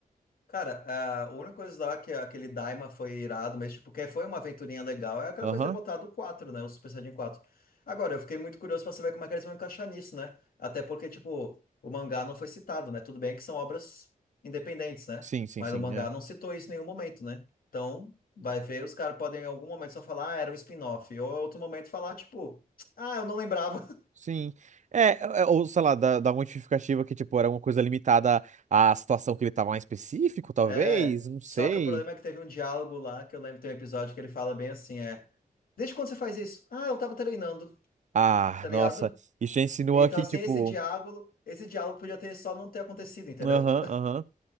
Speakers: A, on the left (about 80°); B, on the right (about 55°).
A: Cara, ah, a única coisa lá que aquele Daima foi irado, mas tipo, que foi uma aventurinha legal, é aquela
B: Aham.
A: coisa de ter botado o 4, né? O Super Saiyajin quatro. Agora, eu fiquei muito curioso pra saber como é que eles vão encaixar nisso, né? Até porque, tipo, o mangá não foi citado, né? Tudo bem que são obras independentes, né?
B: Sim, sim,
A: Mas
B: sim.
A: o mangá
B: É.
A: não citou isso em nenhum momento, né? Então, vai ver, os caras podem em algum momento só falar, ah, era um spin-off. Ou em outro momento falar, tipo, ah, eu não lembrava.
B: Sim. É, é, é, ou sei lá, dá, dá uma justificativa que, tipo, era uma coisa limitada à situação que ele tava lá em específico, talvez,
A: É,
B: não sei.
A: só que o problema é que teve um diálogo lá, que eu lembro que tem um episódio que ele fala bem assim, é, desde quando você faz isso? Ah, eu tava treinando,
B: Ah,
A: tá ligado?
B: nossa. Isso já insinua
A: Então,
B: que,
A: assim,
B: tipo.
A: esse diálogo, esse diálogo podia ter só não ter acontecido, entendeu?
B: Aham, aham.